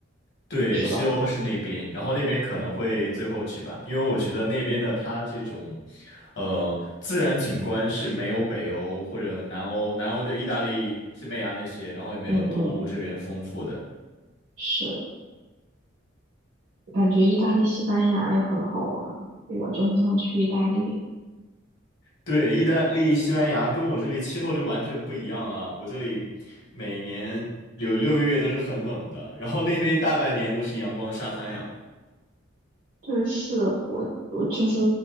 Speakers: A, on the left; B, on the right.
A: 对，
B: 是吧？
A: 西欧是那边，然后那边可能会最后去吧，因为我觉得那边的它这种，呃，自然景观是没有北欧或者南欧，南欧就意大利、西班牙那些，然后也没有东欧这边丰富的。
B: 嗯嗯，是，感觉意大利、西班牙也很好玩，我就很想去意大利。
A: 对，意大利、西班牙跟我这里气候就完全不一样了，我这里每年有六个月都是很冷的，然后那边大半年都是阳光沙滩呀。
B: 对，是我我就是